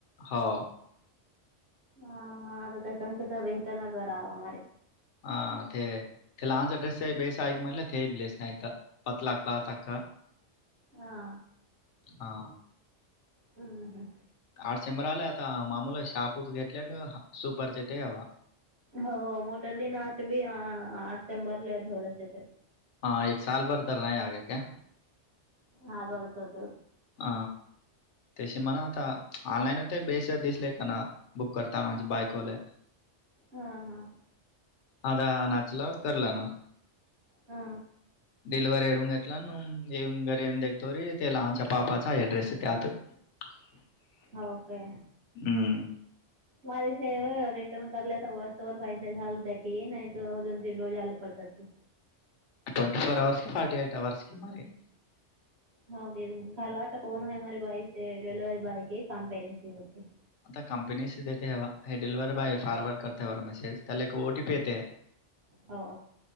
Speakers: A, on the left; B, on the right.
A: हो
B: हा हा आता ते संच तर वेहतर न करावमे
A: हा ते ते लांांज ड्रेस बेसय मला त ते बलस नाहीय पत् लाक आताक
B: हा
A: हा
B: हम् हम
A: आठ शंभर आला आता मामूला शापत घेतल्या का सुपरचे ते हवा
B: हो मोठ दिनच बी आठ शंबरला धोळस ते
A: हा एक साल बरतर नाय आगाक
B: हग वाडतत
A: ह त्याशी म्हणा आता ऑनलाईनत बेस दिसले काना बुक करता बायकोले
B: हा हां
A: आता नाचला करला ना
B: हा
A: डिलव्ह येडवंग घेतला ना ये घरीन दगतोरी ते लहानच्या पापाचा अड्रेस य त्यात <unintelligible>
B: ओ काे
A: हम्म
B: माझ स रिटर्न करल्या तर वस्तवरर पैसे घालत की नाही त दोन तीन रडोज आले पडतात की
A: ट्वट फर अवर् क फार्ट एट अवर्स कि मरी
B: होगे घाला वाता कोण आहे माारी बाॉयचे डिलिव्हरी बॉय के काम पेरेटची होते
A: आता कंपनीच देते ह हे डिलिवर्ह बॉय फॉरवर्ड करते मेसेज त्याला एक ओटी पी येते <unintelligible>
B: हो